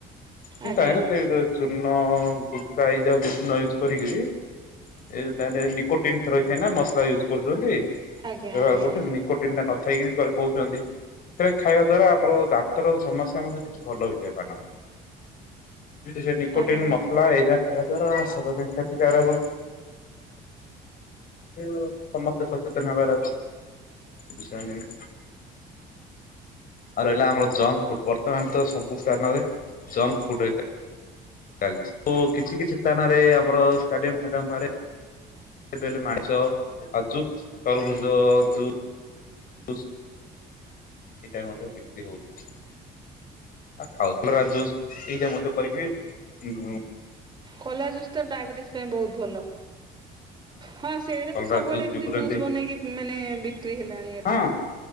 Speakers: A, on the left (about 55°); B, on the right (about 25°).
A: କିନ୍ତୁ
B: ଆଜ୍ଞା
A: ତାହିଁରେ ସେ ଯୋଉ ଚୂନ ଉଁ ଗୁଟକା ଏଇ ଯାଉ ଦେଖୁନ ୟୁଜ୍ କ ଟିଗିରି ଏ ଯୋଉ ତାହିଁରେ ନିକୋଟିନ୍ ଥ ରହିଥାଏ ନାଁ ମସଲା ୟୁଜ୍ କରୁଛନ୍ତି
B: ଆଜ୍ଞା
A: ବ୍ୟବହାର
B: ଆଜ୍ଞା
A: କରୁଚନ୍ତି ନିକୋଟିନ୍ ଟା ନଥାଇକିରି କର କୋହୁଚନ୍ତି। ସେଟା ଖାଇବା ଦ୍ଵାରା ଆମର ଦାନ୍ତର ସମସ୍ୟା ମଧ୍ୟ କିଛି ଭଲ ହେଇଥାଏ ପାନ। ବି ତ ସେଇ ନିକୋଟିନ୍
B: ଆଜ୍ଞା
A: ମସଲା ଏଇରା ଖାଇବା ଦ୍ଵାରା ସ ପୁଅ କାଇଁ? କ୍ଷତିକାରକ। ଯେ ଓ ସମସ୍ତେ ସଚେତନ ହେବାର ଅଛି। ବିଷୟ ନେଇକି ତ ଆଉ ରହିଲା ଜଙ୍କ ଆମର ଜଙ୍କ ଫୁଡ୍ ବର୍ତ୍ତମାନ ତ ସବୁ ସ୍ଥାନରେ ଜଙ୍କ ଫୁଡ ଅଇକା ଚାଲଚି ଓ କିଛି କିଛି ସ୍ଥାନରେ ଆ ଆମର ଷ୍ଟାଡିୟମ ଫାଡିଅମ ପାରେ ଏ ବେଲ୍ ମାଣିସ ଆଉ ଜୁସ୍ ତରଭୁଜ ଜୁ ଜୁସ୍ ଏଟା ବି ମଧ୍ୟ ବିକ୍ରି ହଉଚି। ଆଉ ଖାଉତୁ ବାଲା ଜୁସ୍ ଏଇ ଯା ମତେ କରିକି ବେ ଉଁ
B: କଲା ଜୁସ୍ ତ ଡାଇବେଟିସ୍ ପାଇଁ ବୋହୁତ ଭଲ। ହଁ ସେଇଟା
A: କଲରା
B: ତ ସବୁଆଡ଼େ
A: ଜୁସ୍
B: ଏମତି
A: ବିକୁଛନ୍ତି
B: ଜୁସ୍ ବନେଇକି ମାନେ ବିକ୍ରି ହେଲାଣି ଏରା।
A: ହଁ